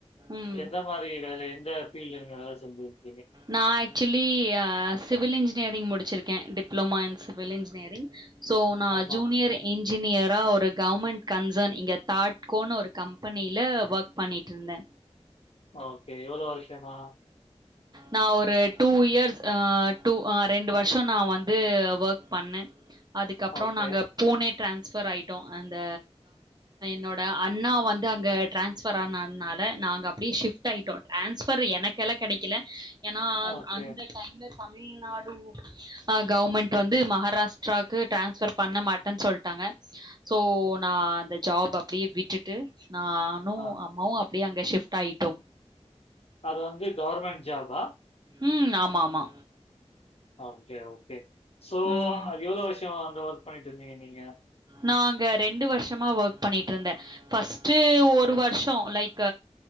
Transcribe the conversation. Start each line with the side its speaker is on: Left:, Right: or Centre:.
Right: ம்.
Left: எந்த மாரி வேலே எந்த ஃபீல்ட் நீங்க வேல செஞ்சீங்
Right: நா எக் ஆக்சுவலி சிவில் இன்ஜினியரிங் முடிச்சிருக்க diploma in civil engineering so நா
Left: அப்பா!
Right: ஜூனியர் இன் இன்ஜினியரா ஒரு கவ்மண்ட் கன்சர்ன் இங்கே தாட்கோன்னு ஒரு கம்பெனியில ஓக் பண்ணிட்ருந்த
Left: ஓகே எவளு வருஷமா
Right: நானஒரு டூ இயர்ஸ் ஆ டூ ரெண்டு வர்ஷ நா வந்து ஓக் பண்ணே அதுக்கப்றோ
Left: ஓகே,
Right: நாங்க பூனே ட்ரான்ஸபெர் ஆட்டோ அந்த என்னோட அண்ணா வந்து அங்க ட்ரான்ஸ்பர் ஆனதுனால நாங்கள்ங்க அப்படியே ஷிஃப்ட் ஆட்டோ ட்ரான்ஸ்பர் எனக் கெல கெடக்கில ஏன்னா
Left: ஓகே.
Right: அந்த டைம்ல தமிழ்நாடு கவ்மண்ட் வந்து மகாராஷ்டிராக்கு டிரான்ஸபர் பண்ண மாட்டேன் சொல்டாங்க சோ நா அந்த ஜாப் அப்டியே விட்டுட்டு நானு
Left: ஆ.
Right: அம்மாவு அப் அப்டியே அங்க ஷிஃப்ட் ஆய்டோ
Left: அது வந்து கவர்மண்ட் ஜாபா
Right: ம் ஆமா ஆமா
Left: ஓகே ஓகே சோ
Right: ம்.
Left: அது எவ்ளோ வர்ஷோ ஒர்க் பண்ணிட்டு இருந்தீங்க நீங்க
Right: நா அங்க ரெண்டு வருஷமா ஒர்க் பண்ணிட்ருந்தே ஃபர்ஸ்ட்டு ஒரு வருஷோ லைக்